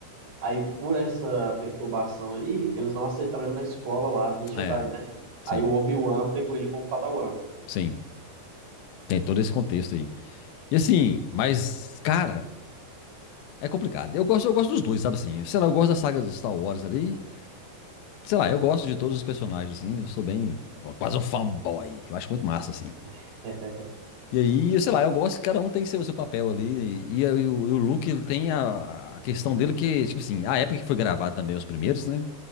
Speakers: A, on the right; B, on the left.
A: Aí, por essa perturbação aí, eles não aceitaram ele na escola lá dos Jedi,
B: É,
A: né? Aí
B: sim,
A: o Obi-Wan pegou ele como Padawan.
B: sim. Tem todo esse contexto aí. E assim, mas, cara, é complicado. Eu gosto, eu gosto dos dois, sabe assim? Sei lá, eu gosto da saga dos Star Wars ali. Sei lá, eu gosto de todos os personagens, assim. Eu sou bem. Quase um fanboy. Eu acho muito massa, assim.
A: <laughs>
B: E aí, sei lá, eu gosto que cada um tem seu, seu papel ali. E, e, aí o, e o Luke, ele tem a, a questão dele que, tipo assim, a época que foi gravado também, os primeiros, né?